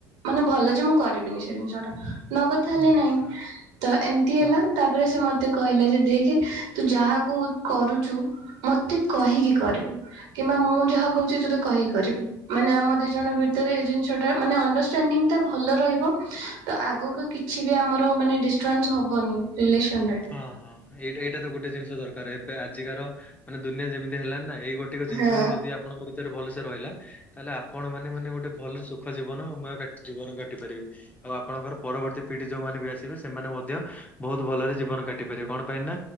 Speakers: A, on the right; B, on the left.
A: ମାନେ ଭଲ ଯେ ମୁଁ କରିବିନି ସେ ଜିନିଷ ଟା। ନ କଥା ହେଲେ
B: ହୁଁ ନିଶ୍ଚୟ
A: ନାଇଁ ତ ଏମିତି ହେଲା
B: ହଁ।
A: ତାପରେ ସେ ମତେ କହିଲେ ଯେ ଦେ ଖେ ତୁ ଯାହାକୁ କରୁଚୁ ମତେ କହିକି କରିବୁ। କିମ୍ବା ମୁଁ ଯାହା କହୁଛି ତୋତେ କହିକି କରିବି ମାନେ ଆମ ଦି ଜଣ ଭିତରେ ଜିନିଷ ଟା ମାନେ ଅଣ୍ଡରଷ୍ଟାଣ୍ଡିଂ ଟା ଭଲ ରହିବ ତ ଆଗକୁ କିଛି ବି ଆମର ମାନେ ଡିଷ୍ଟରବାନ୍ସ ହବନି ରିଲେସନରେ।
B: ହଁ ହଁ ଏଇଟା ଏଇଟା ତ ଗୋଟେ ଜିନିଷ ଦରକାର ଏବେ ଆଜିକାର ମାନେ ଦୁନିଆ ଯେମିତି ହେଲାଣି ନା ଏଇ ଗୋଟିକ ଜିନିଷ
A: ହଁ
B: ହିଁ ଯଦି ଆପଣଙ୍କ ଭିତରେ ଭଲସେ ରହିଲା ତାହେଲେ ଆପଣ ମାନେ ମାନେ ଗୋଟେ ଭଲ ସୁଖ ଜୀବନ ମୟ ଜୀବନ କାଟି ପାରିବେ। ଆଉ ଆପଣଙ୍କର ପରବର୍ତ୍ତୀ ପିଢି ଯୋଉମାନେ ବି ଆସିବେ ସେମାନେ ମଧ୍ୟ ବହୁତ୍ ଭଲରେ ଜୀବନ କାଟି ପାରିବେ କଣ ପାଇଁ ନା